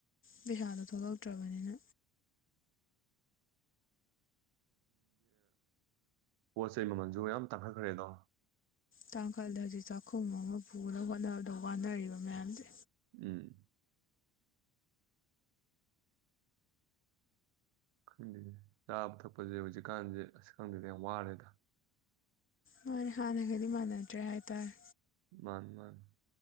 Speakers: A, on the left (about 25°); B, on the right (about 75°).
A: ꯄꯩꯁꯥꯗꯣ ꯊꯣꯛꯂꯛꯇ꯭ꯔꯕꯅꯤꯅ
B: ꯄꯣꯠ ꯆꯩ ꯃꯃꯜꯁꯨ ꯌꯥꯝ ꯇꯥꯡꯈꯠꯈ꯭ꯔꯦꯗꯣ
A: ꯇꯥꯡꯈꯜꯂꯦ ꯍꯧꯖꯤꯛ ꯆꯥꯛꯈꯨꯝ ꯑꯃꯥ ꯄꯨꯅꯕ ꯍꯣꯠꯅꯕꯗ ꯋꯥꯅꯔꯤꯕ ꯃꯌꯥꯝꯁꯦ
B: ꯎꯝ ꯈꯪꯗꯦ ꯆꯥꯕ ꯊꯛꯄꯁꯦ ꯍꯧꯖꯤꯛꯀꯥꯟꯁꯦ ꯑꯁ ꯈꯪꯗꯦꯗ ꯌꯥꯝ ꯋꯥꯔꯦꯗ
A: ꯍꯣꯢ ꯍꯥꯟꯅꯒꯗꯤ ꯃꯥꯟꯅꯗ꯭ꯔꯦ ꯍꯥꯏꯇꯥꯔꯦ
B: ꯃꯥꯥꯅꯤ ꯃꯥꯥꯅꯤ